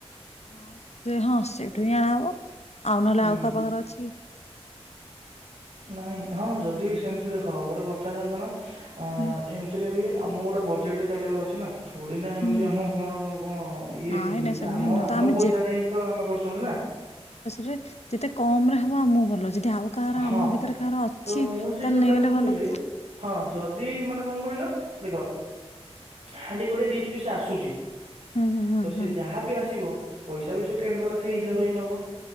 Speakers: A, on the left (about 85°); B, on the right (about 80°).
A: ହଁ ସେ ହଁ ସେଇଠୁ ହିଁ ଆଣାହବ ଆଉ ନହେଲେ
B: ହୁଁ
A: ଆଉ କାହା ପାଖରେ ଅଛି।
B: ନାଇଁ ହଁ ଯଦି ସେମିତି ଦେଖା ଗୋଟେ କଥା ଜାଣିଛ ନା ଅ
A: ହୁଁ
B: ଏମିତିରେ ବି ଆମକୁ ଗୋଟେ ବଜେଟ୍ ଚାଲିବାର ଅଛି ନା। ଥିଡି ନା ଏମିତି
A: ହୁଁ
B: ଆମ କଣ କଣ ଇଏ
A: ନାଇଁ
B: କି ନିଜେ
A: ନାଇଁ ସେମିତି
B: ଆମ
A: ନୁହେଁ
B: ଆମ
A: ତ ଆମେ
B: ପଇସାରେ ହିଁ ତ ଆମେ କରୁଛନ୍ତି ନା।
A: ରେ ଯେତେ କମ ରେ ହବ ହ ମୁଁ ଭଲ ଯଦି ଆଉ କାହାର
B: ହଁ
A: ଆମ ଭିତରେ କାହାର ଅଛି
B: ତ ମୁଁ ସେଇ
A: ତାହେଲେ
B: କଥା
A: ନେଇଗଲେ
B: କହୁଥିଲି
A: ଭଲ
B: ହଁ ଯଦି ମାନେ କଣ କହିଲ ଦେଖ ହାଣ୍ଡି ଗୋଟଏ ଡିସ୍ ପିସ୍ ଆସୁଛି।
A: ହୁଁ ହୁଁ
B: ତ ସେ
A: ହୁଁ ହୁଁ
B: ଯାହା ବି ଆସିବ ପଇସା ବି ସେ ଟ୍ରେଣ୍ଡ ବାଲା ସେଇ ହିସାବରେ ହିଁ ନବ।